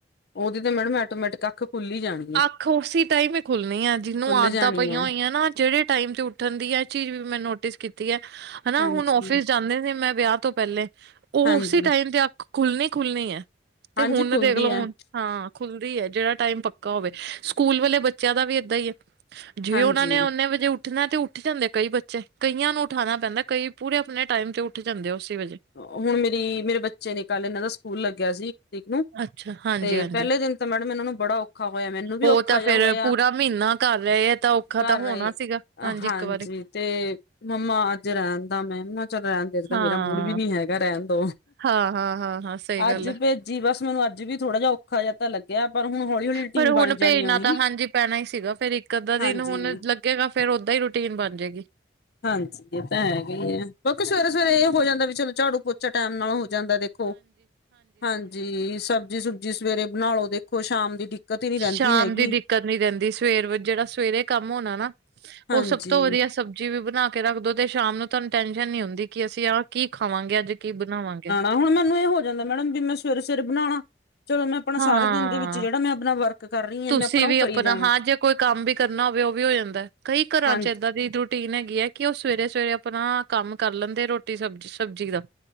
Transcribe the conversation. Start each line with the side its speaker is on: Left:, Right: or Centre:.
Left: ਉਹਦੀ ਤਾਂ ਮੈਡਮ ਐਟੋਮੈਟਿਕ ਅੱਖ ਖੁੱਲ੍ਹ ਜਾਣੀ। ਹੈ
Right: ਅੱਖ ਉਸੇ ਟਾਈਮ ਹੀ ਖੁੱਲਣੀ ਆ। ਜਿਹਨੂੰ
Left: ਖੁੱਲ
Right: ਆਦਾਂ
Left: ਜਾਣੀ
Right: ਪਈਆਂ
Left: ਹੈ
Right: ਹੋਈਆਂ ਨਾ ਜਿਹੜੇ ਟਾਈਮ ਚ। ਉੱਠਣ ਦੀ ਹੈ ਚੀਜ਼ ਵੀ ਮੈਂ ਨੋਟਿਸ ਕੀਤੀ ਹੈ। ਹਨਾ
Left: ਹਾਂਜੀ
Right: ਹੁਣ ਫਿਸ ਜਾਂਦੇ ਸੀ ਮੈਂ ਵਿਆਹ ਤੋਂ ਪਹਿਲੇ। ਉਹ
Left: ਹਾਂਜੀ
Right: ਉਸੇ ਟਾਈਮ ਤੇ ਅ ਖੁੱਲਣੀ- ਖੁੱਲਣੀ ਹੈ ਤੇ
Left: ਹਾਂਜੀ
Right: ਹੁਣ
Left: ਖੁੱਲਦੀ
Right: ਦੇਖਲੋ
Left: ਹੈ
Right: ਹੁਣ ਹਾਂ। ਖੁੱਲਦੀ ਹੈ। ਜਿਹੜਾ ਟਾਈਮ ਪੱਕਾ ਹੋਵੇ ਸਕੂਲ ਵਾਲੇ ਬੱਚਿਆਂ ਦਾ ਵੀ ਏਦਾਂ ਹੀ ਹੈ। ਜੇ
Left: ਹਾਂਜੀ
Right: ਉਹਨਾਂ ਨੇ ਓਨੇ ਵੱਜੇ ਉੱਠਣਾ। ਉੱਠਣਾ ਤੇ ਉੱਠ ਜਾਂਦੇ ਕਈ ਬੱਚੇ ਕਈਆਂ ਨੂੰ ਉਠਾਉਣਾ ਪੈਂਦਾ। ਕਈ ਪੂਰੇ ਆਪਣੇ ਟਾਈਮ ਤੇ ਉੱਠ ਜਾਂਦੇ ਆ ਉਸੇ ਵੇਲੇ।
Left: ਹੁਣ ਮੇਰੀ ਮੇਰੇ ਬੱਚੇ ਨੇ ਕੱਲ ਇਹਨਾਂ ਦਾ ਸਕੂਲ ਲੱਗਿਆ ਸੀ। ਇੱਕ ਨੂੰ
Right: ਅੱਛਾ ਹਾਂਜੀ
Left: ਤੇ
Right: ਹਾਂਜੀ
Left: ਪਹਿਲੇ ਦਿਨ ਤਾਂ ਮੈਡਮ ਇਹਨਾਂ ਨੂੰ ਬੜਾ ਔਖਾ ਹੋਇਆ ਮੈਨੂੰ ਵੀ ਔਖਾ
Right: ਉਹ ਤਾਂ
Left: ਜਿਹਾ
Right: ਫੇਰ
Left: ਹੋਇਆ।
Right: ਪੂਰਾ ਮਹੀਨਾ ਕਰ ਰਹੇ ਆ ਤਾਂ ਔਖਾ
Left: ਘਰ
Right: ਤਾਂ ਹੋਣਾ
Left: ਆਈ।
Right: ਸੀਗਾ
Left: ਹਾਂਜੀ।
Right: ਇੱਕ ਵਾਰੀ
Left: ਤੇ ਮੰਮਾ। ਜੇ ਰਹਿੰਦਾ ਮੈਂ ਨਾ ਚੱਲ ਰਹਿੰਦੇ
Right: ਹਾਂ
Left: ਮੇਰਾ। ਮੁੜ ਵੀ ਨੀ ਹੈਗਾ ਰਹਿਣ ਦੋ
Right: ਹਾਂ, ਹਾਂ, ਹਾਂ, ਹਾਂ ਸਹੀ ਗੱਲ
Left: ਅੱਜ
Right: ਐ।
Left: ਭੇਜੀ। ਜੀ ਬਸ ਮੈਨੂੰ ਵੀ ਥੋੜਾ ਜਿਹਾ ਔਖਾ ਜਹਾ ਲੱਗਿਆ। ਪਰ ਹੁਣ ਹੌਲੀ- ਹੌਲੀ। ਰੂਟੀਨ
Right: ਪਰ ਹੁਣ
Left: ਬਣ ਜਾਣੀ
Right: ਭੇਜਣਾ
Left: ਆ ਉਹੀ
Right: ਤਾਂ ਹਾਂਜੀ ਪੈਣਾ ਹੀ ਸੀਗਾ। ਫਿਰ ਇੱਕ ਅੱਧਾ ਦਿਨ
Left: ਹਾਂਜੀ
Right: ਹੁਣ ਲੱਗੇਗਾ ਫੇਰ ਓਦਾਂ ਹੀ ਰੂਟੀਨ ਬਣ ਜਾਏਗੀ।
Left: ਹਾਂਜੀ ਇਹ ਤਾਂ ਹੈਗਾ ਹੀ ਹੈ ਕਿ ਸਵੇਰੇ- ਸਵੇਰੇ। ਹੋ ਜਾਂਦਾ ਵੀ ਚਲੋ। ਝਾੜੂ ਪੋਚਾ ਟਾਈਮ ਨਾਲ ਹੋ ਜਾਂਦਾ ਦੇਖੋ ਹਾਂਜੀ ਸਬਜ਼ੀ- ਸੁਬਜੀ। ਜੀ ਸਵੇਰੇ ਬਣਾਲੋ ਦੇਖੋ ਸ਼ਾਮ ਦੀ। ਦਿੱਕਤ ਹੀ ਨੀ ਰਹਿੰਦੀ
Right: ਸ਼ਾਮ
Left: ਹੈਗੀ
Right: ਦੀ ਦਿੱਕਤ ਨੀ ਰਹਿੰਦੀ। ਸਵੇਰ ਜਿਹੜਾ ਸਵੇਰੇ ਕੰਮ ਹੋਣਾ ਨਾ।
Left: ਹਾਂਜੀ
Right: ਉਹ ਸਭ ਤੋਂ ਵਧੀਆ ਸਭ। ਜਿਵੇਂ ਬਣਾ ਕੇ ਰੱਖ ਦੋ। ਤੇ ਸ਼ਾਮ ਨੂੰ ਤੁਹਾਨੂੰ ਟੈਸ਼ਨ ਨੀ ਹੁੰਦੀ। ਕਿ ਅਸੀਂ ਆਹ ਕੀ ਖਾਵਾਂਗੇ ਅੱਜ ਕੀ ਬਣਾਵਾਂਗੇ।
Left: ਹੁਣ ਮੈਨੂੰ ਇਹ ਹੋ ਜਾਂਦਾ ਮੈਡਮ ਵੀ ਮੈਂ ਸਵੇਰੇ ਸਵੇਰੇ ਬਣਾਉਣਾ। ਚਲੋ ਮੈਂ ਆਪਣਾ
Right: ਹਾਂ,
Left: ਸਾਰੇ ਦਿਨ ਦੇ ਵਿੱਚ ਜਿਹੜਾ ਮੈਂ ਆਪਣਾ ਵਰਕ ਕਰ ਰਹੀ। ਹਾਂ
Right: ਤੁਸੀਂ
Left: ਮੈਂ ਆਪਣਾ ਉਹ
Right: ਵੀ
Left: ਕਰੀ ਜਾ।
Right: ਹਾਂ ਜੇ ਕੋਈ ਕੰਮ ਵੀ ਕਰਨਾ ਹੋਵੇ ਉਹ ਵੀ ਹੋ ਜਾਂਦਾ। ਕਈ ਘਰਾਂ
Left: ਹਾਂਜੀ
Right: ਚ ਇੱਦਾਂ ਦੀ ਰੋਟੀਨ ਹੈਗੀ ਹੈ। ਕਿ ਉਹ ਸਵੇਰੇ - ਸਵੇਰੇ ਆਪਣਾ ਕੰਮ ਕਰ ਲੈਂਦੇ ਰੋਟੀ ਸਬਜ਼ੀ ਦਾ।